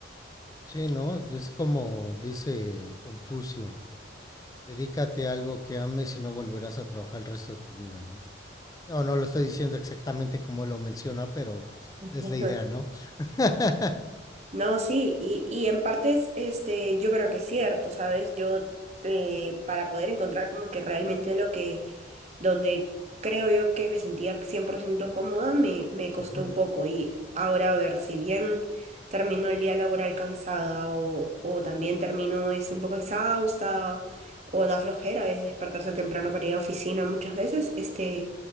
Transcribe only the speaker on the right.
<laughs>
No, sí, y, y en partes, este, yo creo que es cierto, ¿sabes? Yo, eh, para poder encontrar como que realmente lo que, donde creo yo que me sentía 100% cómoda, me, me costó
un poco. Y ahora, a ver, si bien termino el día laboral cansada o, o también termino es un poco exhausta o da flojera a veces despertarse temprano para ir a oficina, muchas veces, este,